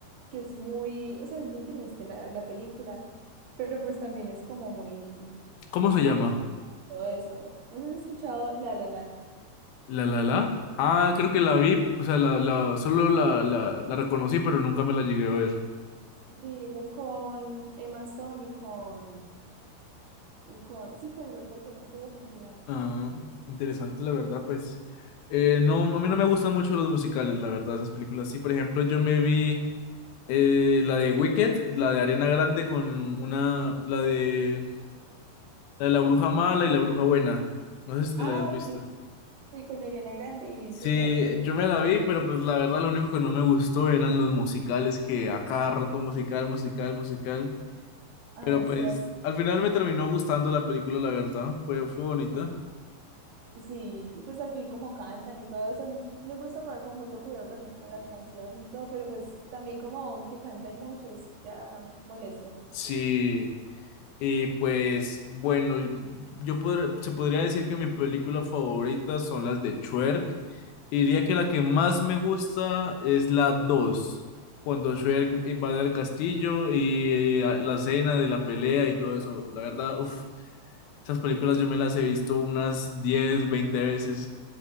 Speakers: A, on the right (about 85°); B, on the left (about 75°).
A: que es muy, o sea, es muy triste la, la película, pero pues también es como muy,
B: ¿cómo se
A: muy,
B: llama?
A: todo eso. ¿No sé si has escuchado La La Land?
B: La La La. Ah, creo que la vi, o sea, la, la, solo la, la, la reconocí, pero nunca me la llegué a ver.
A: Sí, eso es con Emma Stone y con, y con, sí, con el otro que no me acuerdo cómo se llama.
B: Ah, interesante, la verdad, pues. Eh, no, a mí no me gustan mucho los musicales, la verdad, esas películas. Sí, por ejemplo, yo me vi eh, la de Wicked, la de Ariana Grande con una, la de, la de la bruja mala y la bruja buena. No sé si te
A: Ah,
B: la has visto.
A: sí, sí, con Ariana Grande y
B: Sí,
A: sí, la otra.
B: yo me la vi, pero pues la verdad lo único que no me gustó eran los musicales, que a cada rato musical, musical, musical.
A: Ay,
B: Pero pues
A: cierto.
B: al final me terminó gustando la película, la verdad. Fue, fue bonita.
A: Sí, y pues vi como cantan y todo eso, a mí me gusta poner como mucho cuidado también como en las canciones y todo, pero pues también como que canten mucho es ya molesto.
B: Sí, Y pues bueno, yo podré- se podría decir que mis películas favoritas son las de Shrek. Y Diría que la que más me gusta es la 2 cuando Shrek invade el castillo y eh, la escena de la pelea y todo eso. La verdad, uff, esas películas yo me las he visto unas 10 20 veces.